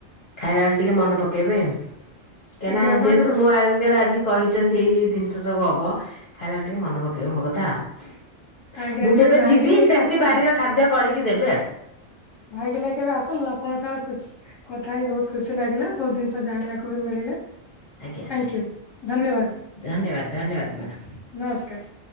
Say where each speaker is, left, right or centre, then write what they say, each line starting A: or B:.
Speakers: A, on the left (about 45°); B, on the left (about 20°).
A: ଖାଇଲା ବେଳେ ଟିକେ ମନେ ପକେଇବେ କାହିଁକିନା
B: ଆଜ୍ଞା ଆପଣ
A: ଯେହେତୁ
B: କେବେ
A: ମୋ <unintelligible> ଆଜି କହିଚନ୍ତି ଏଇ ଜିନିଷ ସବୁ ହବ ଖାଇଲା ବେଳେ ଟିକେ ମନେ ପକେଇବେ ମୋ କଥା ଆଉ।
B: ଆଜ୍ଞା
A: ମୁଁ
B: କେବେ
A: ଯେବେ
B: ଭାଇକି
A: ଯିବି
B: ନେଇକି
A: ସେମିତି
B: ଆସନ୍ତୁ।
A: ବାରିର ଖାଦ୍ୟ କରିକି ଦେବେ ଆଉ।
B: ଭାଇକି ନେଇ କେବେ ଆସନ୍ତୁ ଆପଣ <unintelligible> ଖୁସ୍ କଥା ହେଇ ବହୁତ ଖୁସି ଲାଗିଲା ବହୁତ ଜିନିଷ ଜାଣିବାକୁ ବି ମିଳିଲା।
A: ଆଜ୍ଞା ଆଜ୍ଞା
B: ଥ୍ୟାଙ୍କୟୁ ଧନ୍ୟବାଦ
A: ଧନ୍ୟବାଦ ଧନ୍ୟବାଦ ମ୍ୟାଡ଼ମ୍।
B: ନମସ୍କାର।